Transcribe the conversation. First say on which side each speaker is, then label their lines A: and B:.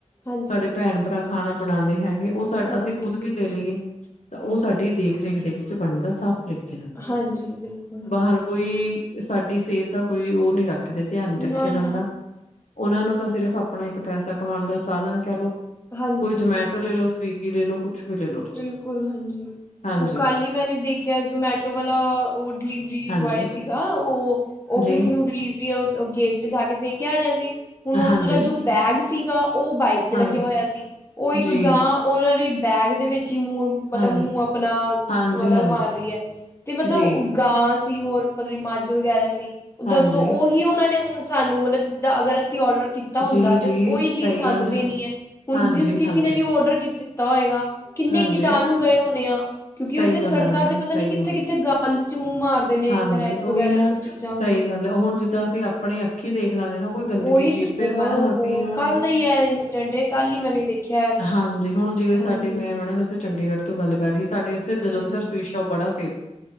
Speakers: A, on the left; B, on the left.
A: ਹਾਂਜੀ
B: ਸਾਡੇ
A: ਹਾਂਜੀ
B: ਭੈਣ ਭਰਾ ਖਾਣਾ ਬਣਾਨਦੇ ਹੈਗੇ, ਉਹ ਸਾ
A: ਹਾਂਜੀ
B: ਅਸੀਂ ਖੁਦ ਵੀ, ਲੈ ਲਈਏ, ਤਾਂ ਉਹ ਸਾਡੀ ਦੇਖ ਰੇਖ ਦੇ ਵਿੱਚ ਬਣਦਾ ਸਾਫ਼ ਤਰੀਕੇ ਕੇਹ ਨਾ
A: ਹਾਂਜੀ ਬਿਲਕੁਲ
B: ਬਾਹਰ ਕੋਈ। ਏ ਸਾਡੀ ਸਿਹਤ ਦਾ ਕੋਈ ਓ ਨੀ ਰੱਖਦੇ ਧਿਆਨ ਨੀ
A: ਨਾ-ਨਾ
B: ਰੱਖਿਆ ਜਾਂਦਾ। ਉਨਾਂ ਨੂੰ ਤਾਂ ਸਿਰਫ਼ ਆਪਣਾ ਇੱਕ ਪੈਸਾ ਕਮਾਉਣ ਦਾ ਸਾਧਨ ਕਹਿ ਲਓ।
A: ਹਾਂਜੀ
B: ਕੋਈ ਜਮੈਟੋ
A: ਬਿਲਕੁਲ,
B: ਲੈ ਲੋ, ਸਵੀਗੀ ਲੈ ਲੋ। ਕੁਛ ਵੀ ਲੈ ਲੋ ਤੁਸੀਂ
A: ਬਿਲਕੁਲ, ਹਾਂਜੀ।
B: ਹਾਂਜੀ
A: ਓ ਕੱਲ ਹੀ ਮੈਨੇ ਦੇਖਿਆ ਜਮੈਟੋ ਵਾਲਾ ਓ ਡਿਲੀਵਰੀ
B: ਹਾਂਜੀ
A: ਬੋਏ ਸੀਗਾ ਓ ਓ
B: ਜੀ
A: ਕਿਸੇ ਨੂੰ ਡਿਲੀਵਰੀ ਗੇ ਤੇ ਜਾ ਕੇ ਦੇ ਕੇ ਆ ਰਿਹਾ ਸੀ ਹੁਣ ਉਨਾਂ
B: ਹਾਂਜੀ
A: ਦਾ ਜੋ ਬੈਗ ਸੀਗਾ ਓ ਬਾਈਕ 'ਚ
B: ਹਾਂਜੀ
A: ਲੱਗਿਆ ਹੋਇਆ ਸੀ ਓ ਇੱਕ
B: ਜੀ
A: ਗਾਂ ਉਨਾਂ ਦੀ ਬੈਗ ਦੇ ਵਿੱਚ ਹੀ ਮੂੰਹ ਮਤਲਬ
B: ਹਾਂਜੀ
A: ਮੂੰਹ ਆਪਣਾ,
B: ਹਾਂਜੀ
A: ਮਤਲਬ
B: ਹਾਂਜੀ
A: ਮਾਰ ਰਈ ਆ ਤੇ ਮਤਲਬ
B: ਜੀ
A: ਗਾਂ ਸੀ ਹੋਰ ਪਤਾ ਨੀ ਮੱਝ ਵਗੈਰਾ ਸੀ ਓ ਦੱਸੋ
B: ਹਾਂਜੀ
A: ਉਹੀ ਉਨਾਂ ਨੇ ਹੁਣ ਸਾਨੂੰ ਮਤਲਬ ਜਿੱਦਾਂ ਅਗਰ ਅਸੀਂ ਔਡਰ ਕੀਤਾ ਹੁੰਦਾ
B: ਜੀ ਜੀ
A: ਤੇ ਓਹੀ
B: ਸਹੀ
A: ਚੀਜ਼ ਸਾਨੂੰ
B: ਗੱਲ
A: ਦੇਣੀ
B: ਹੈ
A: ਆ ਹੁਣ
B: ਹਾਂਜੀ
A: ਜਿਸ ਕਿਸੀ
B: ਹਾਂਜੀ
A: ਨੇ ਵੀ ਔਡਰ ਦਿੱਤਾ ਹੋਏਗਾ ਕਿੰਨੇ
B: ਹਾਂਜੀ
A: ਕੀਟਾਣੂ ਗਏ ਹੋਣੇ ਆ, ਕਿਉਂਕਿ
B: ਸਹੀ
A: ਓਥੇ
B: ਗੱਲ
A: ਸੜਕਾਂ
B: ਹੈ ਮੈਡਮ
A: ਤੇ ਪਤਾ
B: ਸਹੀ
A: ਨੀ ਕਿੱਥੇ-ਕਿੱਥੇ
B: ਗੱਲ ਹੈ
A: ਗੰਦ 'ਚ ਮੂੰਹ ਮਾਰਦੇ ਨੇ,
B: ਹਾਂਜੀ
A: ਬੇਸ
B: ਉਹੀ
A: ਵਗੈਰਾ
B: ਨਾ
A: ਐ ਸਭ ਚੀਜ਼ਾਂ
B: ਸਹੀ
A: ਹਾਂਜੀ।
B: ਗੱਲ ਹੈ ਹੁਣ ਜਿੱਦਾਂ ਅਸੀਂ ਆਪਨੇ ਅੱਖੀਂ ਦੇਖ ਲਾਂਗੇ ਨਾ ਕੋਈ ਗੰਦਗੀ
A: ਓਹੀ ਤੇ
B: ਚੀਜ਼
A: ਬਹੁਤ
B: ਫੇਰ ਮੈਡਮ
A: ਓ
B: ਅਸੀਂ
A: ਹੋ
B: ਹੁਣ
A: ਕੱਲ ਦਾ ਹੀ ਏ ਇੰਸੀਡੈਂਟ ਕੱਲ ਹੀ ਮੈਨੇ ਦੇਖਿਆ
B: ਹਾਂਜੀ ਹੁਣ ਜਿਵੇਂ ਸਾਡੇ
A: ਹਾਂਜੀ
B: ਮੈਂ ਮੈਡਮ ਇੱਥੇ ਚੰਡੀਗੜ੍ਹ ਤੋਂ ਗੱਲ ਕਰ ਰਹੀ ਸਾਡੇ ਓਥੇ ਜਲੰਧਰ
A: ਹਾਂਜੀ
B: ਸਵੀਟ ਸ਼ੌਪ ਬੜਾ ਫੇਮ